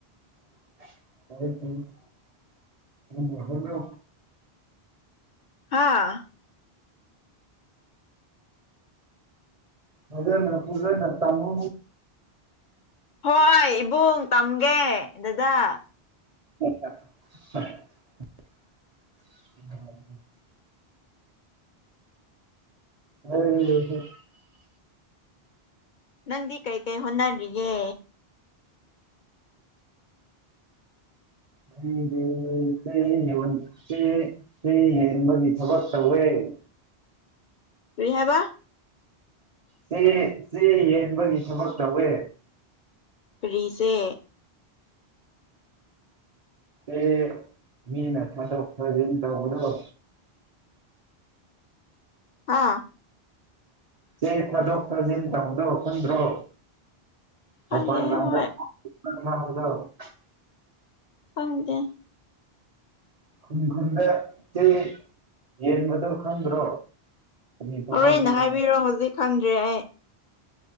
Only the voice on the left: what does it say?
ꯍꯥꯥ
ꯍꯣꯏ ꯏꯕꯨꯡ ꯇꯝꯒꯦ ꯗꯗꯥ
ꯅꯪꯗꯤ ꯀꯩ ꯀꯩ ꯍꯣꯠꯅꯔꯤꯒꯦ
ꯀ꯭ꯔꯤ ꯍꯥꯏꯕ
ꯀ꯭ꯔꯤ ꯆꯦ
ꯍꯥ
ꯈꯪꯗꯦ
ꯍꯦ
ꯍꯣꯏ
ꯈꯪꯗꯦ
ꯍꯣꯔꯦꯟ ꯍꯥꯏꯕꯤꯔꯣ ꯍꯧꯖꯤꯛ ꯈꯪꯗ꯭ꯔꯦ ꯑꯩ